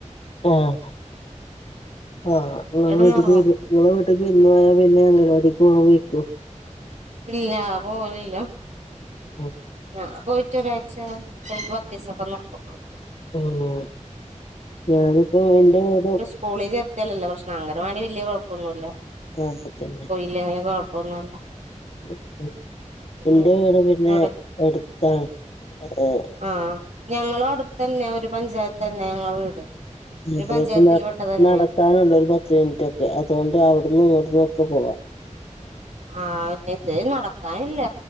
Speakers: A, on the left (about 50°); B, on the right (about 65°).
A: ആഹ് ആഹ് ങ്ങൾ
B: കെടന്നുറങ്ങും
A: വീട്ടിക്ക് വരോ ങ്ങളെ വീട്ട്ക്ക് വിരുന്ന് പോയാ പിന്നെ അംഗൻവാടിക്ക് <unintelligible>
B: ഇല്ല പോവലില്ല
A: ഉം
B: ഞാൻ പോയിറ്റൊരാഴ്ച്ച ചെൽപ്പം <unintelligible>
A: ഊം ഞാനിപ്പോ എന്റെ വീടും
B: സ്കൂളി ചേർത്തിയലല്ലെ പ്രശ്നം അംഗനവാടി വല്യ കൊഴപ്പൊന്നുല്ല
A: അത് തന്നെ
B: ല്ലെങ്കി കൊഴപ്പൊന്നുല്ല
A: ഉം ഉം
B: ഉം
A: ഇന്റെ വീട് പിന്നെ
B: അവിടെ
A: എടുത്താ ഏ
B: ആഹ് ഞങ്ങളും അടുത്തന്നെ ഒരു പഞ്ചായത്ത്ന്നെ ഞങ്ങള വീട്
A: <unintelligible>
B: ഒരു പഞ്ചായത്തിൽ പെട്ടതന്നെ
A: ക്കാനുണ്ട് ഒരു പത്ത് മിനിറ്റൊക്കെ അതോണ്ട് അവിടന്നും ഇവ്ടുന്നു ഒക്കെ പോവ
B: ആഹ് ന്നിത് നടക്കാനില്ല